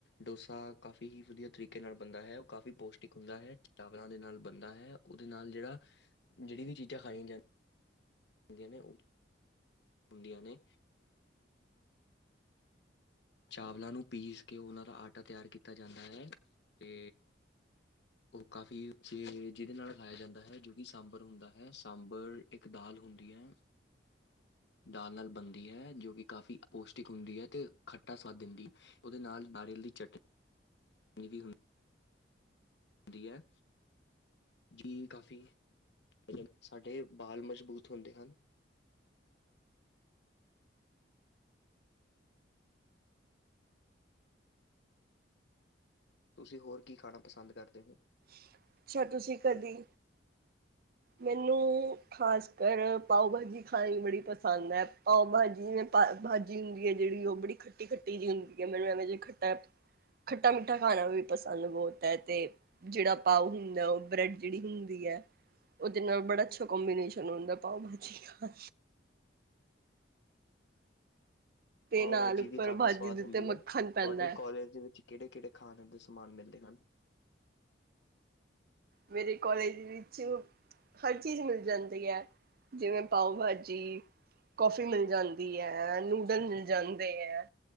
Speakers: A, on the left; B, on the right.
A: ਡੋਸਾ ਕਾਫੀ ਕਾਫੀ ਹੀ ਵਧੀਆ ਤਰੀਕੇ ਨਾਲ ਬਣਦਾ ਹੈ ਉਹ ਕਾਫ਼ੀ ਪੌਸ਼ਟਿਕ ਹੁੰਦਾ ਹੈ ਚਾਵਰਾਂ ਦੇ ਨਾਲ ਬਣਦਾ ਹੈ ਉਹਦੇ ਨਾਲ ਜਿਹੜਾ ਜਿਹੜੀ ਵੀ ਚੀਜ਼ਾਂ ਖਾਈਆਂ ਜਾਂਦੀਆਂਦੀਆਂ ਨੇ ਹੱਡੀਆ ਨੇ ਚਾਵਲਾਂ ਨੂੰ ਪੀਸ ਕੇ ਉਹਨਾਂ ਦਾ ਆਟਾ ਤਿਆਰ ਕੀਤਾ ਜਾਂਦਾ ਹੈ। ਤੇ ਉਹ ਕਾਫ਼ੀ ਸ ਜਿਹਦੇ ਨਾਲ ਖਾਇਆ ਜਾਂਦਾ ਹੈ। ਜੋ ਕਿ ਸਾਂਬਰ ਹੁੰਦਾ ਹੈ, ਸਾਂਬਰ ਇੱਕ ਦਾਲ ਹੁੰਦੀ ਹੈ। ਦਾਲ ਨਾਲ ਬਣਦੀ ਹੈ ਜੋ ਕਿ ਕਾਫ਼ੀ ਪੌਸ਼ਟਿਕ ਹੁੰਦੀ ਹੈ ਅਤੇ ਖੱਟਾ ਸਵਾਦ ਦਿੰਦੀ ਉਹਦੇ ਨਾਲ ਨਾਰੀਅਲ ਦੀ ਚਟਨੀ ਵੀ ਹੁੰ ਹੁੰਦੀ ਹੈ। ਜੀ ਕਾਫ਼ੀ ਮਤਲਬ ਸਾਡੇ ਬਾਲ ਮਜ਼ਬੂਤ ਹੁੰਦੇ ਹਨ। ਤੁਸੀਂ ਹੋਰ ਕੀ ਖਾਣਾ ਪਸੰਦ ਕਰਦੇ ਹੋ।
B: ਅੱਛਾ, ਤੁਸੀਂ ਕਦੀ ਮੈਨੂੰ ਖ਼ਾਸ ਕਰ ਪਾਓ ਭਾਜੀ ਖਾਣੀ ਬੜੀ ਪਸੰਦ ਹੈ। ਪਾਓ ਭਾਜੀ, ਭਾਜੀ ਹੁੰਦੀ ਹੈ ਜਿਹੜੀ ਉਹ ਬੜੀ ਖੱਟੀ ਖੱਟੀ ਜਿਹੀ ਹੁੰਦੀ ਹੈ ਮੈਨੂੰ ਐਵੇਂ ਜਿ ਖੱਟਾ, ਖੱਟਾ ਮਿੱਠਾ- ਖਾਣਾ ਵੀ ਪਸੰਦ ਬਹੁਤ ਹੈ ਤੇ ਜਿਹੜਾ ਪਾਓ ਹੁੰਦਾ ਉਹ ਬ੍ਰੈਡ ਜਿਹੜੀ ਹੁੰਦੀ ਹੈ। ਉਹਦੇ ਬੜਾ ਅੱਛਾ ਕੰਬੀਨੇਸ਼ ਹੰਦਾ। ਪਾਓ ਭਾਜੀ ਠੀ ਖਾ
A: ਪਾਓ
B: ਨਾਲ
A: ਬਾਜੀ
B: ਉੱਪਰ
A: ਵੀ ਕਾਫ਼ੀ
B: ਭਾਜੀ
A: ਸਵਾਦ
B: ਦੇ
A: ਹੁੰਦੀ
B: ਉੱਤੇ ਮੱਖਣ
A: ਹੈ ਤੁਹਾਡੇ
B: ਪੈਂਦਾ ਹੈ।
A: ਕੋਲਾਜ ਦੇ ਵਿੱਚ ਕਿਹੜੇ -ਕਿਹੜੇ ਖਾਣ ਦੇ ਸਮਾਨ ਮਿਲਦੇ ਹਨ।
B: ਮੇਰੇ ਕੋਲੇਜ ਵਿੱਚ ਹਰ ਚੀਜ਼ ਮਿਲ ਜਾਂਦੀ ਹੈ। ਜਿਵੇਂ ਪਾਓ ਭਾਜੀ, ਕਫੀ ਮਿਲ ਜਾਂਦੀ ਹੈ ਨੂਡਲ ਮਿਲ ਜਾਂਦੇ ਹੈ